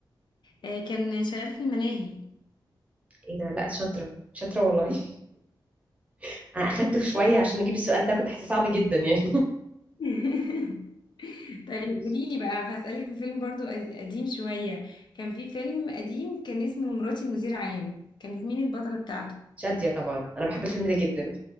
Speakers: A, on the left (about 65°); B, on the right (about 15°).
A: آه كان شغال في الملاهي
B: ايه ده لا شاطرة شاطرة والله <laughs> انا اخدت شوية عشان اجيب السؤال ده كنت حاسة صعب جدا يعني
A: <laughs> طيب
B: <laughs>
A: قولي لي بقى هسألك في فيلم برضو قد- قديم شوية كان في فيلم قديم كان اسمه مراتي مدير عام كانت مين البطلة بتاعته؟
B: شادية طبعا انا بحب الفيلم ده جدا